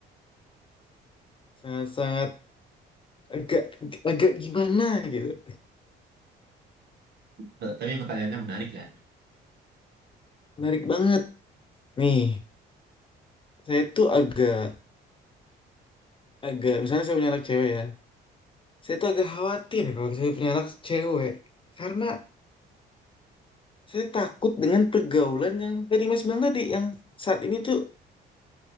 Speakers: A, on the left; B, on the right.
A: sangat-sangat agak, agak gimana gitu.
B: T- Tapi pertanyaannya menarik kan?
A: Menarik banget. Nih, saya tuh agak, agak, misalnya saya punya anak cewek ya. Saya tuh agak khawatir kalau saya punya anak cewek. Karena saya takut dengan pergaulan yang tadi Mas bilang tadi, yang saat ini tuh